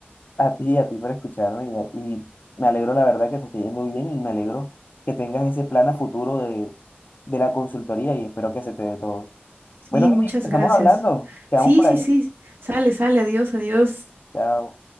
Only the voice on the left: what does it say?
A ti, a ti por escucharme y, y me alegro la verdad que te esté yendo bien y me alegro que tengas ese plan a futuro de, de la consultoría y espero que se te dé todo.
Bueno, Mili,
estamos
hablando, quedamos
por
ahí.
Chao.